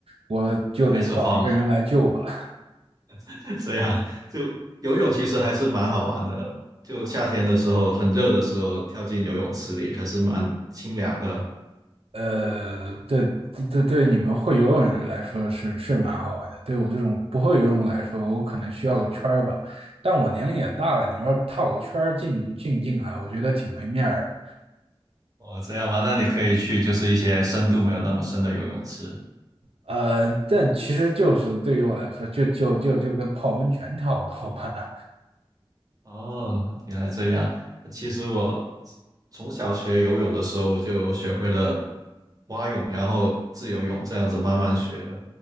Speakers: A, on the right; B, on the right.
A: 我就得找一个人来救我了。
B: 就开始慌，<laughs> 这样就游泳其实还是蛮好玩的。就夏天的时候，很热的时候，跳进游泳池里还是蛮清凉的。
A: 呃，对对对，对你们会游泳的人来说是是蛮好玩的，对我这种不会游泳来说，我可能需要个圈儿吧。但我年龄也大了，你说套个圈儿进进近海，我觉得挺没面儿的。
B: 哦，这样吗？那你可以去就是一些深度没有那么深的游泳池。
A: 呃，但其实就是对于我来说，就就就就跟泡温泉差不多吧那。
B: 哦，原来这样。其实我从小学游泳的时候，我就学会了蛙泳，然后自由泳这样子慢慢学的。